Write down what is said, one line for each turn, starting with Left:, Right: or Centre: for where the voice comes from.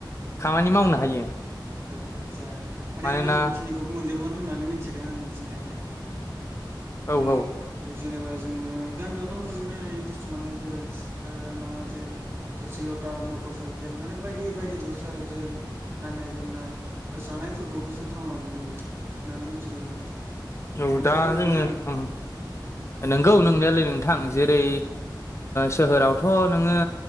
Left: खामानि मावनो हायो
Right: ओ आतसा माने
Left: मानोना
Right: नांगौ खिनिखौ मोनजोब गोन होननानै मिथिदों आं मिथिनायालाय माने
Left: औ औ
Right: बे जेनेबा जोङो गामियावथ' मोननो हायै बुस्थु माने जेरै माबा मोनसे थोरसि ल ता मटर साइकेल माने बायदि बायदि गस्ला जोम गाननाय जोमनाय बा जानायफोरखौबो जों टाउनाव मोनाय जायो होननानै मिथिदों माने
Left: औ
Right: बेफोर
Left: दा
Right: नंगौना
Left: जोङो
Right: नङा
Left: ओम नंगौ नोंनायालाय नों थां जेरै
Right: ओ
Left: सोहोराव थ' नोङो